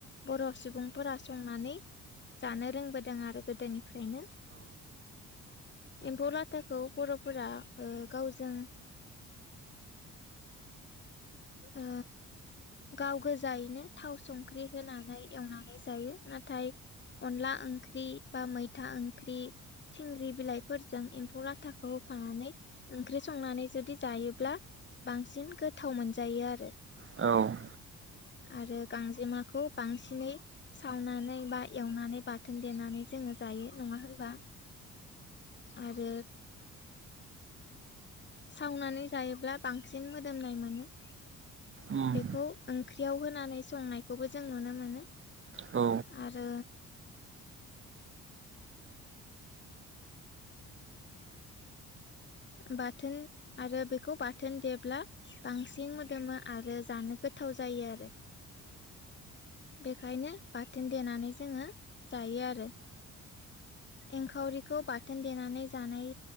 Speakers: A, on the left (about 35°); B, on the right (about 40°).
A: बर' सुबुंफोरा संनानै जानो रोंबोदों आरो गोदोनि नो एम्फौ लाथाखौ बर'फोरा गावजों ओ। गाव गोजायैनो थाव संख्रि होनानै एवनानै जायो नाथाय अनला ओंख्रि बा मैथा ओंख्रि सिंग्रि बिलाइ फोरजों एम्फौ लाथाखौ होफानानै ओंख्रि संनानै जुदि जायोब्ला बांसिन गोथाव मोनजायो आरो।
B: औ।
A: आरो गांजेमाखौ बांसिनै सावनानै बा एवनानै बा बाथोन देनानै जोङो जायो नङा होनबा आरो सावनानै जायोब्ला बांसिन मोदोमनाय मोनो।
B: उम
A: बेखौ ओंख्रियाव होनानै संनायखौबो जों नुनो मोनो।
B: औ
A: आरो बाथोन आरो बेखौ बाथोन देब्ला बांसिन मोदोमो आरो जानो गोथाव जायो आरो। बेखायनो बाथोन देनानै जोङो जायो आरो। एंखावरिखौ बाथोन देनानै जानाय